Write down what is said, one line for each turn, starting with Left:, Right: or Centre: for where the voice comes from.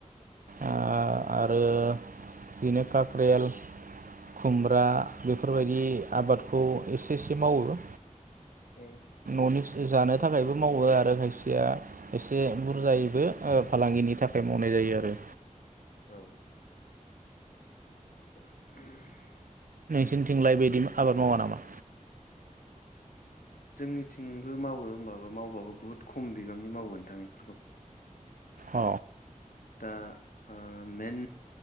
Right: आ आद ओ बिनो काक्रेयाल खुमब्रा बेफ फोरबायदि आबादखौ एसे एसे मावो।
Left: ओं
Right: खननैसो जानो थाखायबो मावो आरो खायसेया खायसे बुरजायैबो फालांगिनि थाखाय मावनाय जायो आरो।
Left: औ <unintelligible>
Right: खिनथिंलाय बायदि आबाद मावा नामा?
Left: जोंनिथिंबो मावो होमबाबो मावबाबो बुहुत खम बिबांनि मावो ओनथां बेफोरखौ
Right: अ
Left: दा ओ मेन